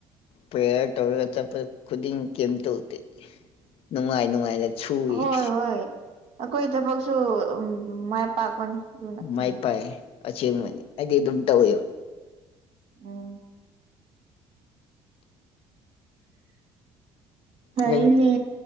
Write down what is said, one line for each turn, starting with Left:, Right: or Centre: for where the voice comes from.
Left: ꯄ꯭ꯔꯦꯌꯔ ꯇꯧꯔꯒ ꯆꯠꯄ ꯈꯨꯗꯤꯡ ꯀꯦꯝꯇꯧꯗꯦ ꯅꯨꯡꯉꯥꯏ ꯅꯨꯡꯉꯥꯏꯅ ꯁꯨꯏ
Right: ꯍꯣꯏ ꯍꯣꯏ ꯑꯩꯈꯣꯏ ꯊꯕꯛꯁꯨ ꯎꯝ ꯃꯥꯏ ꯄꯥꯛꯄꯅꯤ ꯑꯗꯨꯅ
Left: ꯃꯥꯏ
Right: ꯍꯦꯟꯅ
Left: ꯄꯥꯛꯑ ꯑꯁꯦꯡꯕꯅꯤ ꯑꯩꯗꯤ ꯑꯗꯨꯝ ꯇꯧꯋꯦꯕ
Right: ꯎꯝ꯫ ꯍꯩꯅꯦ
Left: ꯅꯪ